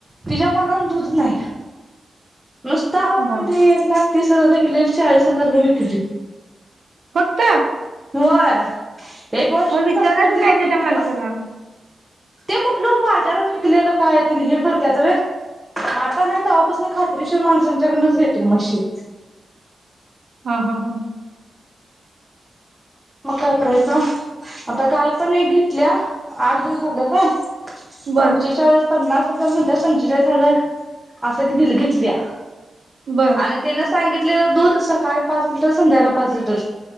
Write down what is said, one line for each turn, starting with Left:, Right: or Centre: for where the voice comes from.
Centre: तिच्या मनान दूध नाही नुस्ता आहो आम्ही
Right: बर
Centre: ते एक लाख तीस हजारला घेतलेली चाळीस हजारला विकली
Right: फक्त
Centre: व्हय एक वर्ष
Right: मग विचारायचं
Centre: कस तर दिला
Right: नाही का
Centre: बघितलं
Right: त्या माणसाला?
Centre: ते कुठलं बाजारात विकलेलं काय ते हे करत्यात व्हय मग आता नाही तव्हापासून खात्रीशीर माणसांच्याकडनच घेतोय मशी
Right: हा हा हा
Centre: मग काय करायचं आता गाय पण एक घेतल्या आठ दिवस झाले काय
Right: बर,
Centre: पंचेचाळीस पन्नास म्हणतीया पंचेचाळीस हजार असं किती घेतलीया
Right: बर.
Centre: आणि त्यान सांगितलेलं दूध सकाळी पाच लिटर संध्याकाळी पाच लिटर